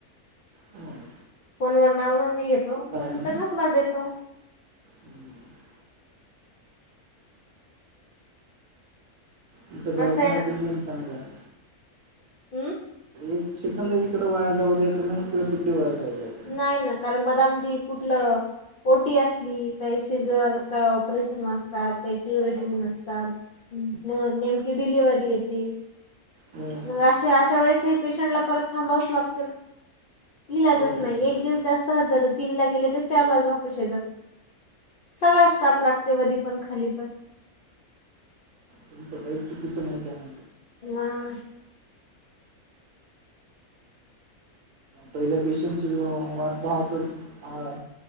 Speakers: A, on the right (about 65°); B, on the left (about 65°).
A: हम्. <unintelligible>
B: फोन व नांव नोद नि घेतो त्यां नंतर
A: म्हणा
B: नबंर देतो
A: हं. च्यां दवाखांन्यांचा
B: असं आहे ना.
A: नियंम चांगला आहे
B: हम्मं
A: एक सेकंदर इकडं वांया जांऊ द्यायं नाहीं किंवा तिकडे वांया जाऊं द्यायचं नाही.
B: नाहीं नां कारणं मधम नी कुंठलं? ओटी असली कांहीं शिगंर कायं ऑपरेशन नसतांत कांहीं क्युरेटी नसतांत. मंग नेमंकी डिलिवंरी येती.
A: हो,
B: मंग
A: हो.
B: अशा अशा वेळेसं पेशंटलां परंत थांबावचं लागते नां इलाजचं
A: बरोबर,
B: नाहीं
A: बरोबर.
B: एक दिल त्यां सहंज जातो तीनं लां गेले तरं चार लाचं वापसं येतांत. सगळां स्टांफ लागते वरती पणं खांली पणं
A: तुमचं कांहीं चुकीचं नाहीचं आहेणं
B: ममग <unintelligible>
A: पहिल्यान पेशंटची वांट पाहवतं तरं-